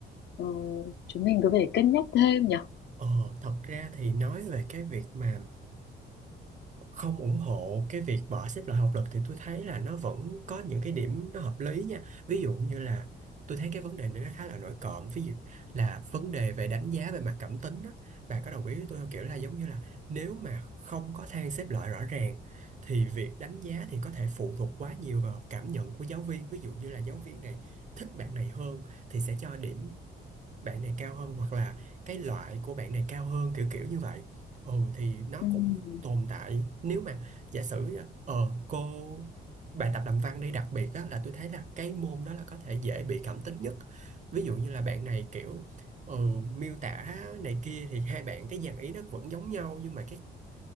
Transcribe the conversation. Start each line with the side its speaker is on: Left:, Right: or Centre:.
Left: ờ, chúng mình có thể cân nhắc thêm nhỉ
Right: Ờ, thật ra thì nói về cái việc mà không ủng hộ cái việc bỏ xếp loại học lực thì tôi thấy là nó vẫn có những cái điểm nó hợp lý nha. Ví dụ như là tôi thấy cái vấn đề này nó khá là nổi cộm. Ví dụ là vấn đề về đánh giá về mặt cảm tính á. Bà có đồng ý với tôi không? Kiểu là giống như là nếu mà không có thang xếp loại rõ ràng thì việc đánh giá thì có thể phụ thuộc quá nhiều vào cảm nhận của giáo viên. Ví dụ như là giáo viên này thích bạn này hơn thì sẽ cho điểm bạn này cao hơn hoặc là cái loại của bạn này cao hơn kiểu kiểu như vậy ừ thì nó
Left: Ừm,
Right: cũng tồn tại nếu mà giả sử ờ cô bài tập làm văn đi đặc biệt á là tôi thấy là cái môn đó là có thể dễ bị cảm tính nhất ví dụ như là bạn này kiểu ừ, miêu tả này kia thì hai bạn cái dàn ý nó vẫn giống nhau nhưng mà cái